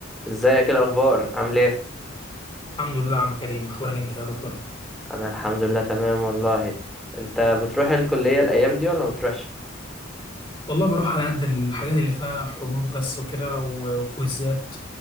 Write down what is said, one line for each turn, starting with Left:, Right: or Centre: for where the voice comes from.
Centre: ازيك ايه الاخبار عامل ايه
Left: الحمد لله يا عم كريم اخبارك انت يا دكتور
Centre: انا الحمد لله تمام والله انت بتروح الكليه الايام دي ولا ما بتروحش
Left: والله بروح على قد الحاجات اللي فيها حضور بس وكده و- وكويزات